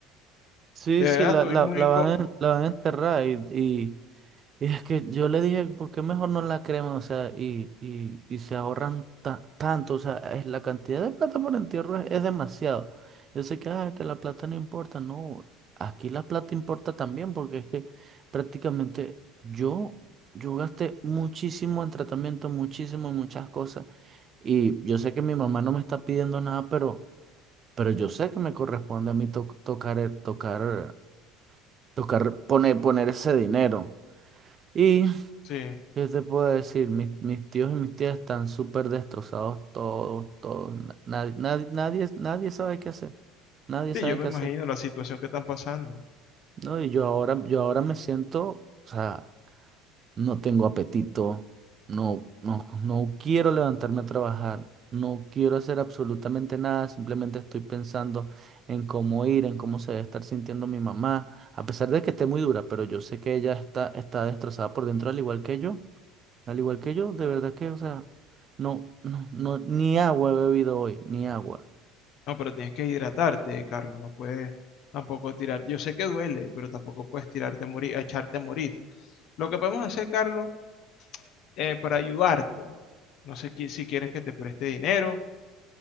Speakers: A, on the right; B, on the left.
A: Sí,
B: verdad
A: sí, la,
B: estoy
A: la,
B: muy...
A: la van
B: co-
A: a, la van a enterrar y, Y es que yo le dije, ¿por qué mejor no la creman? O sea, y, y, y se ahorran ta- tanto. O sea, es, la cantidad de plata por entierro es, es demasiado. Yo sé que, ah, que la plata no importa. No, aquí la plata importa también porque es que prácticamente yo, yo gasté muchísimo en tratamiento, muchísimo en muchas cosas. Y yo sé que mi mamá no me está pidiendo nada, pero, pero yo sé que me corresponde a mí to- tocar, el- tocar, tocar, poner, poner ese dinero. Y
B: Sí,
A: ¿Qué te puedo decir? Mis, mis tíos y mis tías están súper destrozados todos, todos. Nadie, nadie, nadie, nadie sabe qué hacer. Nadie
B: sí,
A: sabe
B: yo me
A: qué
B: imagino
A: hacer.
B: la situación que están pasando.
A: No, y yo ahora, yo ahora me siento, o sea, no tengo apetito, no, no, no quiero levantarme a trabajar, no quiero hacer absolutamente nada, simplemente estoy pensando en cómo ir, en cómo se debe estar sintiendo mi mamá, a pesar de que esté muy dura, pero yo sé que ella está, está destrozada por dentro al igual que yo. Al igual que yo, de verdad que, o sea, no, no, no, ni agua he bebido hoy, ni agua.
B: No, pero tienes que hidratarte, Carlos. No puedes tampoco tirar. Yo sé que duele, pero tampoco puedes tirarte a morir, a echarte a morir. Lo que podemos hacer, Carlos, eh, para ayudarte, no sé qui- si quieres que te preste dinero